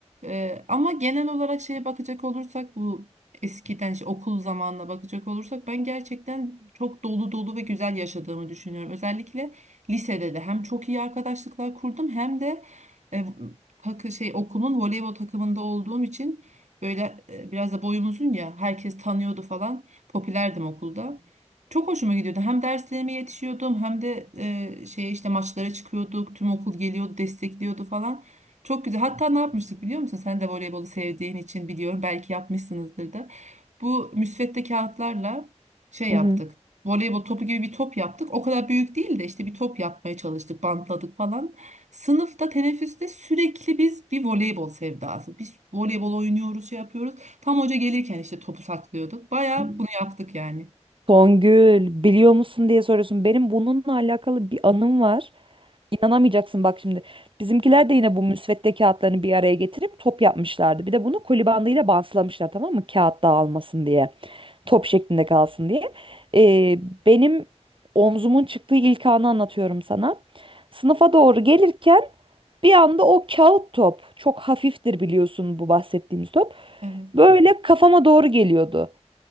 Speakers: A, on the right; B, on the right.
A: E, ama genel olarak şeye bakacak olursak bu eskiden işte okul zamanına bakacak olursak ben gerçekten çok dolu dolu ve güzel yaşadığımı düşünüyorum. Özellikle Lisede de hem çok iyi arkadaşlıklar kurdum hem de e, takı şey okulun voleybol takımında olduğum için böyle e, biraz da boyum uzun ya herkes tanıyordu falan. Popülerdim okulda. Çok hoşuma gidiyordu. Hem derslerime yetişiyordum hem de e, şey işte maçlara çıkıyorduk. Tüm okul geliyordu, destekliyordu falan. Çok güzel. Hatta ne yapmıştık biliyor musun? Sen de voleybolu sevdiğin için biliyorum. Belki yapmışsınızdır da. Bu müsvedde kağıtlarla şey
B: Hı
A: yaptık. Voleybol topu gibi bir top yaptık. O kadar büyük değil de işte bir top yapmaya çalıştık, bantladık falan. Sınıfta, teneffüste sürekli biz bir voleybol sevdası. Biz voleybol oynuyoruz, şey yapıyoruz. Tam hoca gelirken işte topu saklıyorduk. Bayağı
B: hı.
A: bunu yaptık yani.
B: Songül biliyor musun diye soruyorsun. Benim bununla alakalı bir anım var. İnanamayacaksın bak şimdi. Bizimkiler de yine bu müsvedde kağıtlarını bir araya getirip top yapmışlardı. Bir de bunu koli bandıyla bantlamışlar tamam mı? Kağıt dağılmasın diye. Top şeklinde kalsın diye. Ee, benim omzumun çıktığı ilk anı anlatıyorum sana. Sınıfa doğru gelirken bir anda o kağıt top çok hafiftir biliyorsun bu bahsettiğimiz top.
A: Evet.
B: Böyle kafama doğru geliyordu.